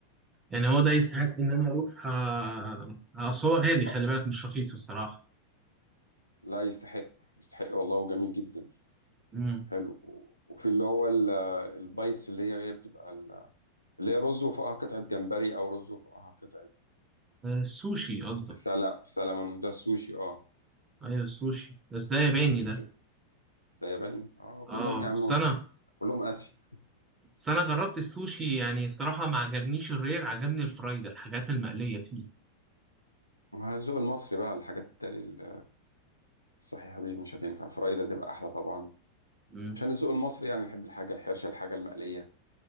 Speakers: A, on the right; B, on the left.
A: يعني هو ده يستحق ان انا اروح آه، آه، اصل هو غالي خلي
B: آه
A: بالك مش رخيص الصراحة
B: لا يستحق يستحق والله وجميل جدا
A: امم
B: حلو و- وفي اللي هو ال- البايتس اللي هي هي بتبقى ال- اللي هي رز وفوقها قطعه جمبري او رز وفوقها قطعه
A: السوشي قصدك
B: سلا سلمون ده السوشي اه
A: ايوه السوشي بس ده ياباني
B: مش
A: ده
B: السوشي. ده ياباني اه
A: اه
B: كلهم يا عم
A: سنة
B: ود- كلهم آسيا
A: بس انا جربت السوشي يعني الصراحه ما عجبنيش الرير عجبني الفرايد الحاجات المقليه فيه
B: مع الذوق المصري بقى الحاجات التالي ال- الصحيحة دي مش هتنفع الفرايدة تبقى أحلى طبعا
A: امم
B: عشان الذوق المصري يعني نحب الحاجة الحرشة الحاجة المقلية